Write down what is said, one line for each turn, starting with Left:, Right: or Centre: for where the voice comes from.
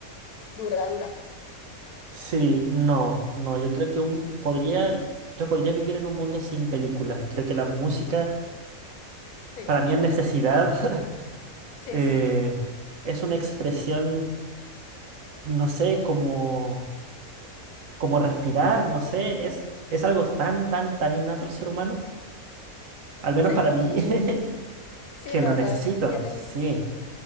Left: Dura, dura.
Right: Sí, no, no, yo creo que un, podría, yo podría vivir en un mundo sin películas. Creo que la música,
Left: Sí,
Right: para mí es necesidad, <laughs>
Left: sí,
Right: eh,
Left: sí, sí.
Right: es una expresión, no sé, como, como respirar, no sé, es, es algo tan, tan, tan innato al ser humano, al menos
Left: Sí,
Right: para mí, <laughs>
Left: sí,
Right: que
Left: no,
Right: lo necesito,
Left: la verdad, tienes.
Right: sí,